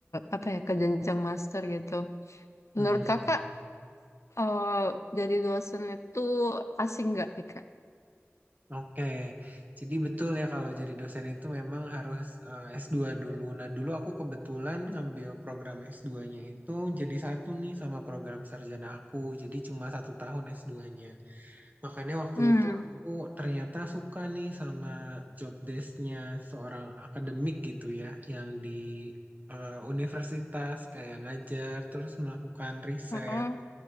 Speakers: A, on the left; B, on the right.
A: apa ya, ke jenjang master gitu. Menurut
B: Hmm.
A: kakak, eh, jadi dosen itu asing nggak nih kak?
B: Oke, Jadi betul ya kalau jadi dosen itu memang harus eh, S2 dulu. Nah, dulu aku kebetulan ngambil program S2-nya itu jadi satu nih sama program sarjana aku. Jadi cuma satu tahun S2-nya. Makanya waktu
A: Hmm.
B: itu aku ternyata suka nih sama job desk-nya seorang akademik gitu ya, yang di eh, universitas kayak ngajar, terus melakukan riset.
A: Heeh.